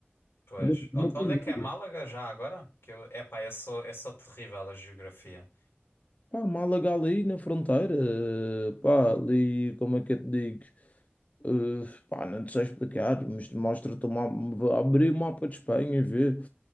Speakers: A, on the left (about 85°); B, on the left (about 40°).
A: Pois.
B: Ainda por cima
A: On-
B: com
A: Onde
B: os
A: é que é Málaga já agora? Que eu, epá, eu sou, eu sou terrível a geografia.
B: Pá, Málaga ali na fronteira, eh, pá, ali, como é que eu te digo? Eh, pá, não te sei explicar, mas mostra-te o mapa- abrir o mapa de Espanha e ver.